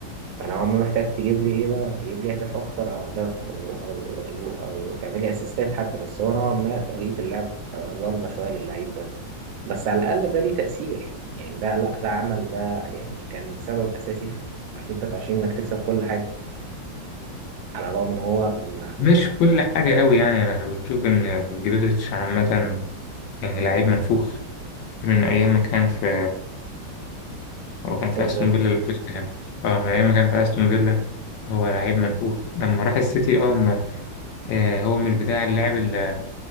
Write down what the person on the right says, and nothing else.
فانا عمري محتاج تجيب لي ايه بقى تجيب لي اهداف اكتر او اهداف او او او, أو تعمل لي اسيستات حتى بس هو نوعا ما طريقه اللعب آه، ظالمه شويه للعيب ده بس على الاقل ده ليه تاثير يعني ده لا ده عمل ده يعني كان سبب اساسي في 2023 انك تكسب كل حاجه على الرغم ان هو ما
ما
استغل